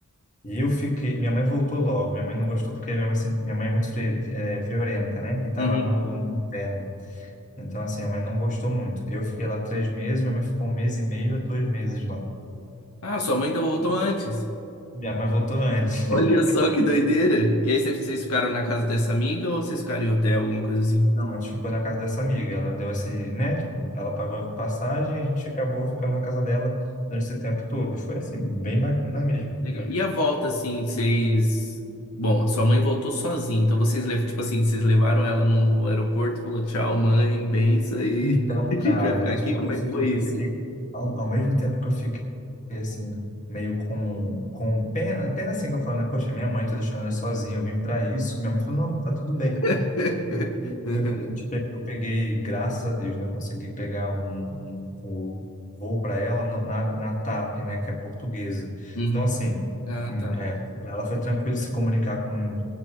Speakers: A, on the left (about 35°); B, on the left (about 75°).
A: E eu fiquei. Minha mãe voltou logo. Minha mãe não gostou porque minha mãe, se- minha mãe é muito fri, eh, friorenta, né? E tava
B: Uhum.
A: no, no inverno. Então, assim, a mãe não gostou muito. Eu fiquei lá três meses, minha mãe ficou um mês e meio a dois meses lá.
B: Ah, sua mãe então voltou antes.
A: Minha mãe voltou antes.
B: Olha só que doideira. E aí vocês vocês ficaram na casa dessa amiga ou vocês ficaram em hotel, alguma coisa assim?
A: Não, a gente ficou na casa dessa amiga. Ela deu esse, né? Tipo, ela pagou a passagem e a gente acabou ficando na casa dela durante esse tempo todo. E foi assim, bem
B: Hum,
A: bacana mesmo.
B: Legal.
A: de-
B: E a volta, assim, vocês. Bom, a sua mãe voltou sozinha, então vocês levam, tipo assim, vocês levaram ela no aeroporto, falou tchau, mãe, benção e
A: Então,
B: <laughs> a gente
A: cara,
B: vai ficar aqui.
A: tipo,
B: Como
A: eu
B: é
A: fiquei,
B: que foi isso?
A: eu fiquei ao, ao mesmo tempo que eu fiquei assim, meio com, com pena, pena assim que eu falo, né? Poxa, minha mãe tá deixando ela sozinha, eu vim pra isso. Minha mãe falou, não, tá tudo bem.
B: <laughs>
A: E Eu, a gente pe- eu peguei, graças a Deus, né? eu Consegui pegar um, um voo, voo para ela na, na na TAP, né? Que é portuguesa.
B: Uhum.
A: Então, assim,
B: Ah,
A: hum,
B: tá.
A: é, para ela foi tranquilo se comunicar com,